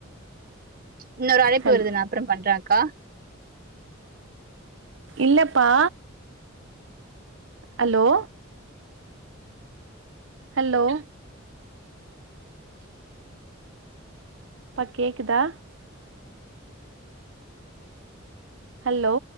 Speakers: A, on the right (about 45°); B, on the right (about 65°).
A: இன்னொரு அழைப்பு
B: ஹல்
A: வருது நா அப்றோ பண்றே அக்கா
B: இல்லப்பா ஹலோ ஹலோ ப்பா கேக்குதா ஹல்லோ